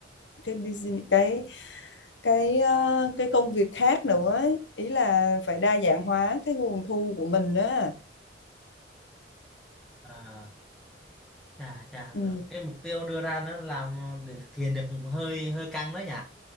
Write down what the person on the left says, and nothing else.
cái business cái cái ờ, cái công việc khác nữa ấy. Ý là phải đa dạng hóa cái nguồn thu của mình á
ừ,